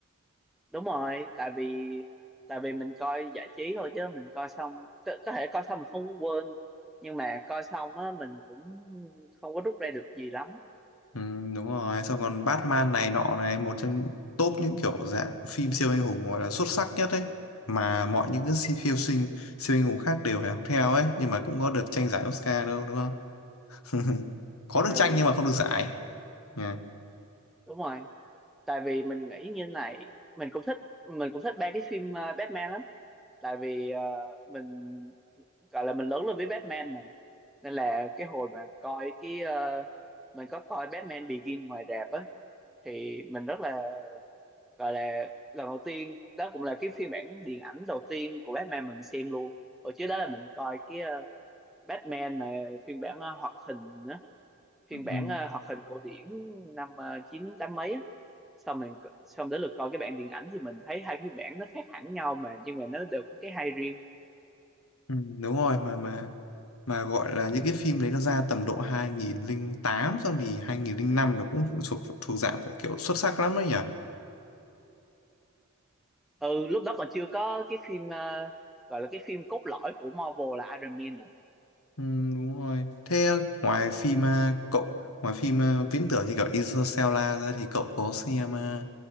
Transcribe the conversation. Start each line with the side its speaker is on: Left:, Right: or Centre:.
Centre: đúng rồi tại vì tại vì mình coi giải trí thôi chứ mình coi xong có, có thể coi xong mình không có quên nhưng mà coi xong á mình cũng không có rút ra được gì lắm
Left: Ừ, đúng rồi xong còn Batman này nọ này một trong top những kiểu dạng phim siêu anh hùng gọi là xuất sắc nhất ấy mà mọi những cái si- siêu sinh siêu anh hùng khác đều phải học theo ấy nhưng mà cũng có được tranh giải Oscar đâu đúng không <laughs> có được
Centre: ừ
Left: tranh nhưng mà không được giải Nha.
Centre: đúng rồi tại vì mình nghĩ như này mình cũng thích mình cũng thích ba cái phim ờ, Batman lắm tại vì ờ, mình gọi là mình lớn lên với Batman mà nên là cái hồi mà coi cái ờ, mình có coi Batman Begin ngoài rạp á thì mình rất là gọi là lần đầu tiên đó cũng là cái phiên bản điện ảnh đầu tiên của Batman mình xem luôn hồi trước đó là mình coi cái ờ, Batman mà phiên bản ờ, hoạt hình á phiên
Left: Ừ.
Centre: bản ờ, hoạt hình cổ điển năm ờ, chín tám mấy á xong mình xong đến lượt coi cái bản điện ảnh thì mình thấy hai phiên bản nó khác hẳn nhau mà nhưng mà nó đều có cái hay riêng
Left: ừ, đúng rồi mà mà mà gọi là những cái phim đấy nó ra tầm độ 2008 xong thì 2005 nó cũng thuộc thuộc dạng phải kiểu xuất sắc lắm đấy nhỉ
Centre: ừ lúc đó còn chưa có cái phim ờ, gọi là cái phim cốt lõi của Marvel là Iron Man mà
Left: Ừ, đúng rồi. Thế ờ, ngoài phim à, cậu ngoài phim à, viễn tưởng như kiểu Interstellar ra thì cậu có xem à,